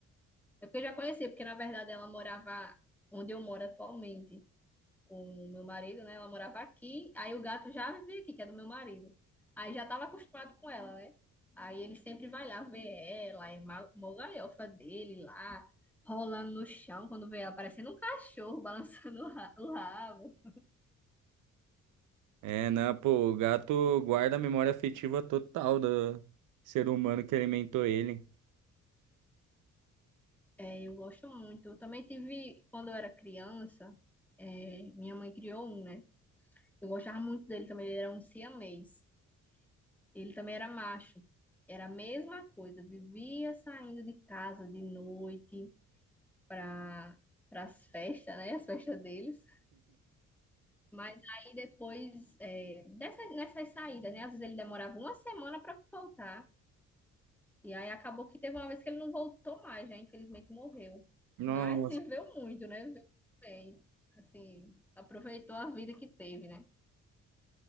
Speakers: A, in the centre; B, on the right.
A: É porque eu já conhecia, porque na verdade ela morava onde eu moro atualmente. com o meu marido, né? Ela morava aqui, aí o gato já vivia aqui, que é do meu marido. Aí já estava acostumado com ela, né? Aí ele sempre vai lá ver ela, é ma- mó galhofa dele lá, rolando no chão quando vê ela, parecendo um cachorro <laughs> balançando o ra- o rabo.
B: É, né? Pô, o gato guarda a memória afetiva total do ser humano que alimentou ele.
A: É, eu gosto muito. Eu também tive, quando eu era criança, é, minha mãe criou um, né? Eu gostava muito dele também, ele era um siamês. Ele também era macho. Era a mesma coisa, vivia saindo de casa de noite, para as festas, né? As festas deles. Mas aí depois, é, dessas, nessas saídas, né? Às vezes ele demorava uma semana para voltar. E aí acabou que teve uma vez que ele não voltou mais, né? Infelizmente morreu.
B: Nossa.
A: Mas viveu muito, né? Viveu muito bem. Assim, aproveitou a vida que teve, né?